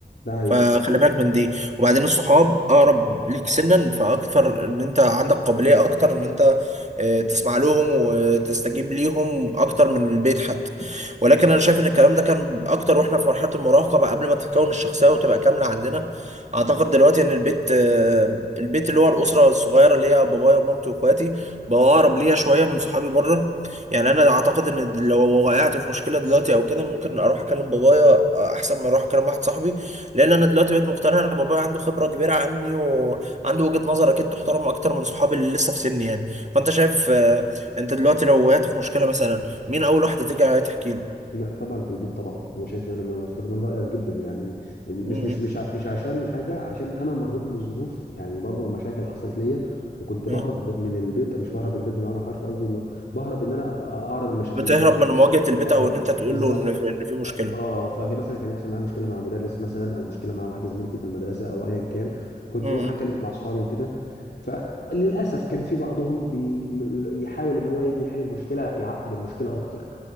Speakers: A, on the left; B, on the right.
A: ده هي
B: فخلي بالك من دي وبعدين الصحاب اقرب ليك سنا فاكثر ان انت عندك قابلية اكتر ان انت آه، تسمع لهم وتستجيب ليهم اكتر من البيت حتى ولكن انا شايف ان الكلام ده كان اكتر واحنا في مرحلة المراهقة بقى قبل ما تتكون الشخصية وتبقى كاملة عندنا اعتقد دلوقتي ان البيت آه، البيت اللي هو الاسرة الصغيرة اللي هي بابايا ومامتي واخواتي بقى اقرب ليا شوية من صحابي بره يعني انا اعتقد ان لو وقعت في مشكلة دلوقتي او كده ممكن اروح اكلم بابايا آه، احسن ما اروح اكلم واحد صاحبي لان انا دلوقتي بقيت مقتنع ان بابايا عنده خبره كبيره عني وعنده وجهه نظر اكيد تحترم اكتر من صحابي اللي لسه في سني يعني فانت شايف آه، انت دلوقتي لو وقعت في مشكله مثلا مين اول واحده تيجي تحكي له
A: لا طبعا في البيت طبعا انا شايف ان انا مفر من رايك جدا يعني مش
B: مم.
A: مش مش ع- مش عشان حاجه عشان انا مريت بظروف يعني برضو مشاكل حصلت ليا وكنت
B: مم.
A: بهرب من البيت مش بهرب من البيت بمعنى الحرفي قصدي م- بهرب ان انا أ- أ- اعرض المشاكل
B: بتهرب
A: دي عندي
B: من مواجهه البيت
A: اه
B: او ان انت تقول
A: بالظبط
B: له ان في, إن في مشكله
A: اه آه، فكان مثلا كان يحصل معايا مشكله مع مدرس مثلا او مشكله مع واحده زميلتي في المدرسه او ايا كان كنت
B: مم.
A: بروح اتكلم مع اصحابي وكده فللاسف كان في بعضهم بيحاول ان هو يجي يحل المشكله يعقد المشكله اكتر